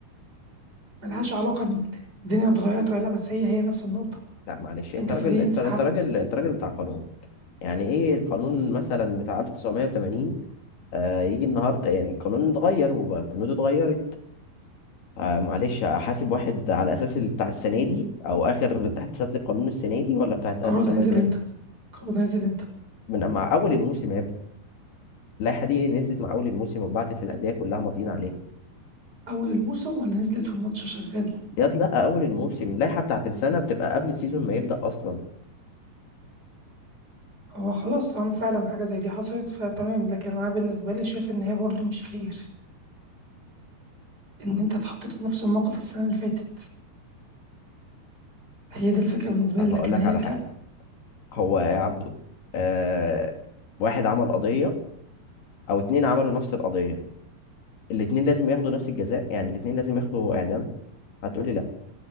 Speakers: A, on the right; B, on the left.
A: ملهاش علاقه ان الدنيا اتغيرت ولا لا بس هي هي نفس النقطه
B: لا معلش انت
A: انت
B: راجل
A: فريق
B: انت
A: انسحبت
B: انت راجل انت راجل بتاع قانون يعني ايه القانون مثلا بتاع 1980 آه يجي النهارده يعني القانون اتغير وبنوده اتغيرت آه معلش احاسب واحد على اساس ال- بتاع السنه دي او اخر تحديثات للقانون السنه دي ولا بتاعت
A: القرار
B: 1980
A: ده نزل امتى القرار ده نزل امتى
B: من مع اول الموسم يا ابني اللائحه دي نزلت مع اول الموسم وبعتت للانديه كلها ماضيين عليها
A: اول الموسم ولا نزلت والماتش شغال
B: ياد لا اول الموسم اللائحه بتاعت السنه بتبقى قبل السيزون ما يبدا اصلا
A: هو خلاص طالما فعلا حاجه زي دي حصلت فتمام لكن انا بالنسبه لي شايف ان هي برضو مش فير ان انت اتحطيت في نفس الموقف السنه اللي فاتت هي دي الفكره بالنسبه
B: طب
A: لي لكن
B: هقول لك
A: هي
B: على
A: ك
B: حاجه هو يا عبده آه واحد عمل قضيه او اتنين عملوا نفس القضيه الاتنين لازم ياخدوا نفس الجزاء يعني الاتنين لازم ياخدوا اعدام هتقولي لا